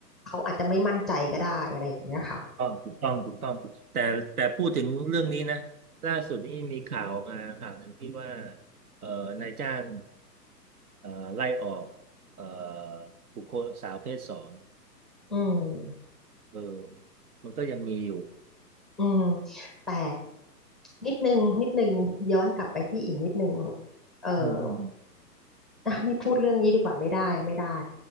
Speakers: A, in the centre; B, on the right.
A: เขาอาจจะไม่มั่นใจก็ได้อะไรอย่างเงี้ยค่ะ
B: ต้องถูกต้องถูกต้องแต่แต่พูดถึงเรื่องนี้นะล่าสุดนี่มีข่าวออกมาข่าวหนึ่งที่ว่าเอ่อนายจ้างเอ่อไล่ออกเอ่อบุคคลสาวเพศสอง
A: อืม
B: เออมันก็ยังมีอยู่
A: อืมแต่นิดนึงนิดนึงย้อนกลับไปที่อีกนิดนึงเอ่อ
B: อืมอืม
A: อ่ะไม่พูดเรื่องนี้ดีกว่าไม่ได้ไม่ได้